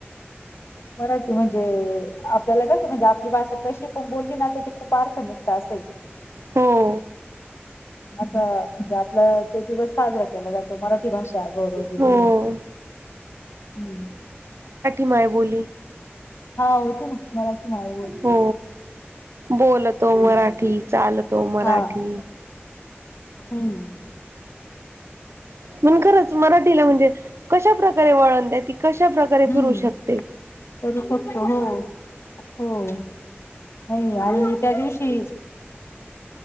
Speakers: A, on the left (about 80°); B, on the right (about 85°).
A: मराठी म्हणजे आपल्याला कसं म्हणजे आपली भाषा कशी पण बोलली ना त्याची खूप अर्थ निकता असेल.
B: हो.
A: असा म्हणजे आपला तो दिवस साजरा केला जातो मराठी भाषा गौरव दिन
B: हो
A: म्हणून. हम.
B: माय बोली.
A: हो हो ते ना. मराठी मायबोली
B: हो बोलत तो
A: हम्म
B: मराठी चाल तो मराठी.
A: हा हम्म.
B: मण खरच मराठीला म्हणजे कशा प्रकारे वळण त्या त कशा प्रकारे
A: हम्म
B: फिरू शकते.
A: करू शकतो हो, हो नाही आणि त्या दिवशी